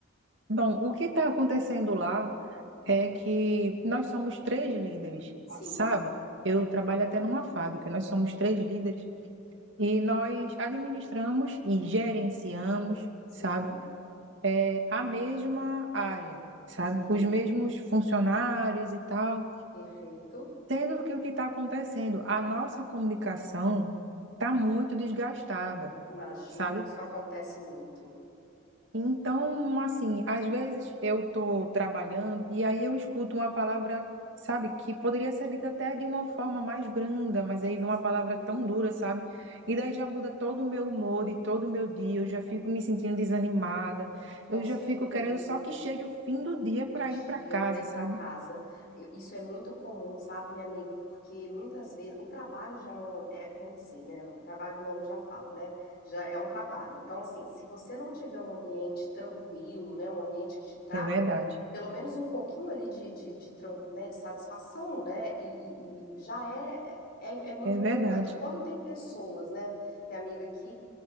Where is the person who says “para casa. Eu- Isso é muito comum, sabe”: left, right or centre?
Left